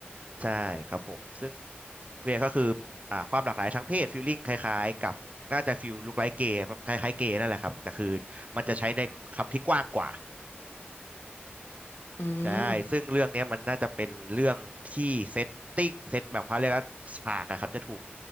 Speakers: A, on the right (about 35°); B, on the left (about 65°).
A: ใช่ครับผมซึ่งเคลียร์ก็คืออ่าความหลากหลายทางเพศฟีลลิ่งคล้ายๆกับน่าจะฟีลลุคไลค์เกย์คล้ายๆเกย์นั่นแหละครับแต่คือมันจะใช้ในคำที่กว้างกว่า
B: อืม
A: ใช่ซึ่งเรื่องเนี้ยมันน่าจะเป็นเรื่องที่เซตติ้งเซตแบบเขาเรียกว่าฉากอะครับจะถูก